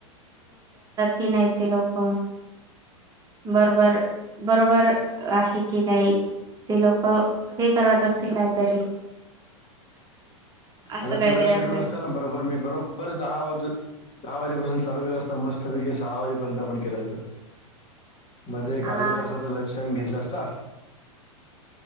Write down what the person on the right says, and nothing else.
ही नाही ती लोक... बरोबर बरोबर आहे की नाही... ते लोक हे करत असतील काहीतरी... असं
काहीतरी
असेल
हा